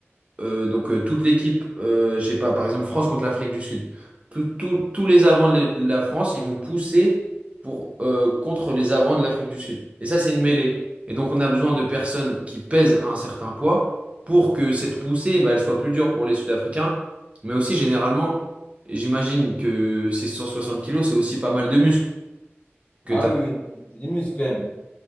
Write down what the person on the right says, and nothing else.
euh, donc euh, toute l'équipe, euh, je sais pas, par exemple France contre l'Afrique du Sud, Tout- tout- tous les avants de la France, ils vont pousser pour, euh, contre les avants de l'Afrique du Sud. Et ça, c'est une mêlée. Et donc on a besoin de personnes qui pèsent un certain poids pour que cette poussée, eh ben, elle soit plus dure pour les Sud-Africains. Mais aussi, généralement, j'imagine que ces 160 kilos, c'est aussi pas mal de muscles. que
tu
as